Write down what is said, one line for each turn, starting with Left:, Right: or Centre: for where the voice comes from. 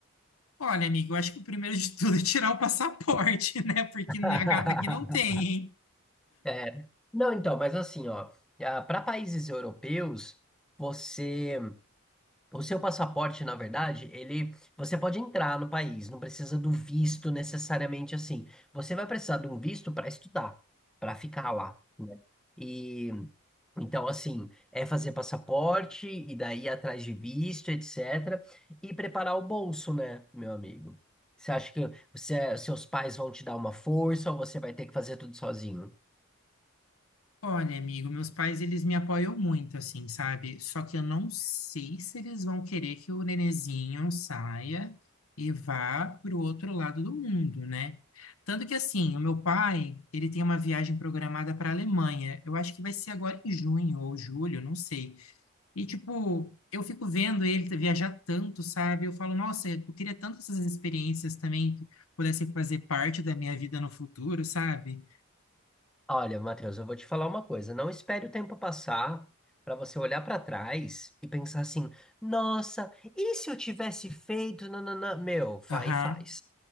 Left: Olha, amigo, eu acho que o primeiro de tudo é tirar o passaporte, <laughs> né, porque
Centre: <laughs>
Left: a gata aqui não tem, hein?
Centre: É, não, então, mas assim, ó, para países europeus, você, o seu passaporte, na verdade, ele, você pode entrar no país, não precisa do visto necessariamente assim. Você vai precisar de um visto para estudar, para ficar lá, né? E Então, assim, é fazer passaporte e daí ir atrás de visto, etc. E preparar o bolso, né, meu amigo? Você acha que você- seus pais vão te dar uma força ou você vai ter que fazer tudo sozinho?
Left: Olha, amigo, meus pais, eles me apoiam muito, assim, sabe? Só que eu não sei se eles vão querer que o nenenzinho saia e vá para o outro lado do mundo, né? Tanto que, assim, o meu pai, ele tem uma viagem programada para a Alemanha. Eu acho que vai ser agora em junho ou julho, não sei. E, tipo, eu fico vendo ele viajar tanto, sabe? Eu falo, nossa, eu queria tanto essas experiências também que pudessem fazer parte da minha vida no futuro, sabe?
Centre: Olha, Matheus, eu vou te falar uma coisa. Não espere o tempo passar para você olhar para trás e pensar assim: nossa, e se eu tivesse feito? Nananã? Meu, vai
Left: Aham,
Centre: e faz.